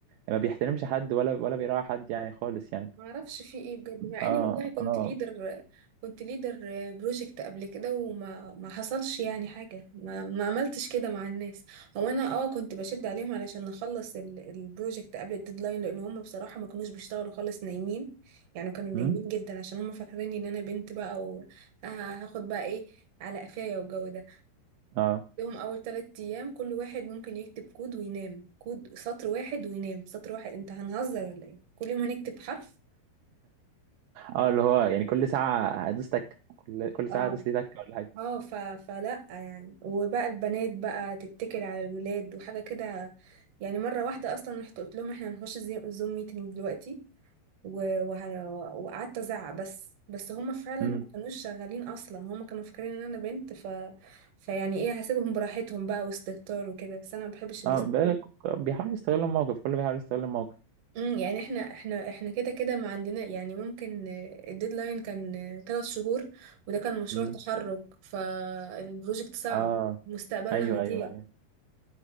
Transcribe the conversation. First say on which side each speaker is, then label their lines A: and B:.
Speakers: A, on the right (about 80°); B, on the right (about 60°).
A: ما بيحترمش حد ولا ولا بيراعي حد يعني خالص يعني
B: ما اعرفش في ايه بجد مع
A: اه
B: اني والله كنت
A: اه
B: ليدر كنت ليدر بروجكت قبل كده وما ما حصلش يعني حاجه ما ما عملتش كده مع الناس هو انا اه كنت بشد عليهم علشان نخلص البروجكت قبل الديدلاين لان هم بصراحه ما كانوش بيشتغلوا خالص نايمين يعني كانوا نايمين
A: امم
B: جدا عشان هم فاكريني ان انا بنت بقى وهاخد بقى ايه على قفايا والجو ده
A: اه
B: لهم اول ثلاث ايام كل واحد ممكن يكتب كود وينام كود سطر واحد وينام سطر واحد انت هنهزر ولا ايه كل يوم هنكتب حرف
A: اه اللي هو يعني كل ساعة هدوس تك كل كل ساعة
B: اه
A: هدوس لي تك ولا حاجة
B: اه ف... فلا يعني وبقى البنات بقى تتكل على الولاد وحاجة كده يعني مرة واحدة أصلا رحت قلت لهم احنا هنخش زي- زوم ميتنج دلوقتي و... وه... وقعدت أزعق بس بس هم فعلا
A: امم
B: ما كانوش شغالين أصلا هم كانوا فاكرين إن أنا بنت ف... فيعني إيه هسيبهم براحتهم بقى واستهتار وكده بس أنا ما بحبش الاست...
A: اه طيب. بقى بيحاول يستغل الموقف كله بيحاول يستغل الموقف
B: مم، يعني احنا احنا احنا كده كده ما عندنا يعني ممكن آه، الديدلاين كان آه، ثلاث شهور وده كان مشروع
A: مم.
B: تخرج فالبروجكت صعب
A: اه
B: مستقبلنا
A: ايوه
B: هيضيع
A: ايوه ايوه